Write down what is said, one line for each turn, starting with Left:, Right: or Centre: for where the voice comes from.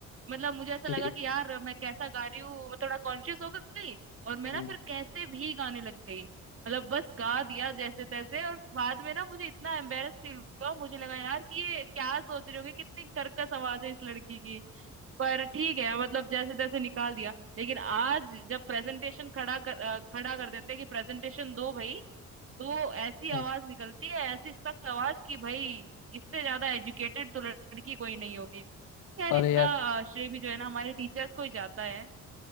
Right: मतलब मुझे ऐसा
Left: जी
Right: लगा कि यार मैं कैसा गा रही हूँ मैं थोड़ा कॉन्शियस हो गई और मैं
Left: हम्म
Right: ना फिर कैसे भी गाने लग गई मतलब बस गा दिया जैसे तैसे और बाद में ना मुझे इतना एम्बेरस फील हुआ मुझे लगा यार कि ये क्या सोच रहे होगे कितनी कर्कश आवाज है इस लड़की की पर ठीक है मतलब जैसे तैसे निकाल दिया लेकिन आज जब प्रेजेंटेशन खड़ा कर अ, खड़ा कर देते हैं कि प्रेजेंटेशन दो भाई तो ऐसी
Left: <laughs>
Right: आवाज निकलती है ऐसी सख्त आवाज कि भाई इससे ज्यादा एजुकेटेड तो लड़की कोई नहीं होगी खैर
Left: अरे
Right: इसका
Left: यार
Right: अ, श्रेय भी जो है ना हमारे टीचर्स को ही जाता है